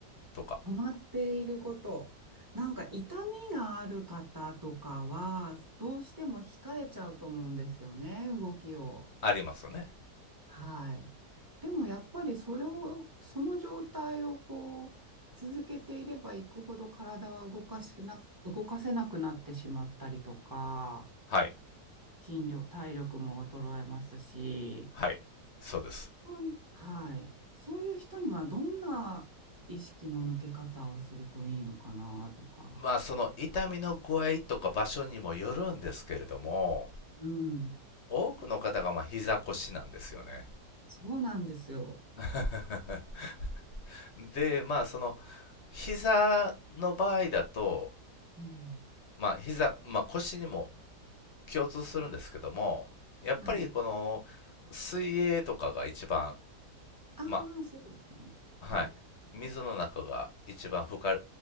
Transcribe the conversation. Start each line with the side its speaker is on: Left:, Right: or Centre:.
Left: とか
Right: 困っていること。なんか痛みがある方とかは、どうしても控えちゃうと思うんですよね、動きを。
Left: ありますね。
Right: はい。でもやっぱりそれを、その状態をこう、続けていればいくほど体は動かしな、動かせなくなってしまったりとか、
Left: はい。
Right: 筋力、体力も衰えますし、
Left: はい。そうです。
Right: そういはい。そういう人にはどんな意識の向け方をするといいのかなとか。
Left: まあその痛みの具合とか場所にもよるんですけれども、
Right: うん。
Left: 多くの方がまあ膝腰なんですよね。
Right: そうなんですよ。
Left: <laughs> で、まあその膝の場合だと、
Right: うん。
Left: まあ膝、まあ腰にも共通するんですけども、やっぱりこの水泳とかが一番、
Right: はい。ああ、
Left: ま
Right: そうですね。
Left: はい。
Right: うん。
Left: 水の中が一番負荷